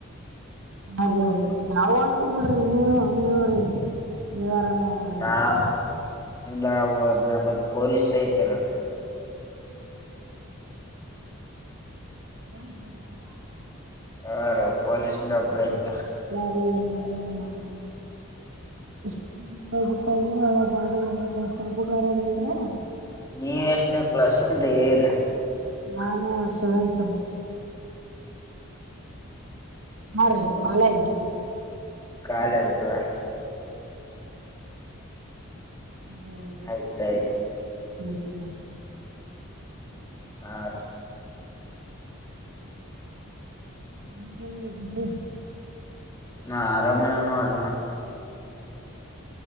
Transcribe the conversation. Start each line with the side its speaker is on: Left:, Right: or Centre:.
Right: ಹ ರೀ ನಾವ್ ಹೊತ್ತಿವ ಬಿಡ್ರಿ ನೀವು ನೀವ್ರರಿ ನೀವ ಆರಾಮ.
Left: ನಾ
Right: <unintelligible>
Left: ನಾವು ನಮದು ಪೊಲೀಸ್ ಐತಾರಿ.
Right: ಪೊಲೀಸ್ ಆಕಿದಯ
Left: ಹ ರೀ ಪೊಲಿಸ್ ನೌಕ್ರಿ ಅಯ್ತೆ.
Right: ಹ್ಮ ಹ. <unintelligible>
Left: ನೀ ಎಷ್ಟ್ನೇ ಕ್ಲಾಸ್. <unintelligible>
Right: ನಾನು ಸೇವೆಂತ್. ಹಾ <unintelligible> ಕಾಲಜು.
Left: ಕಾಲಜರು.
Right: ಅರೆ
Left: ಆಯ್ತಾಯ್ತು.
Right: ಹ.
Left: ಹಾ ರ.
Right: <unintelligible>
Left: ನಾ ಆರಾಮೇನ್ ನೋಡ್ರ.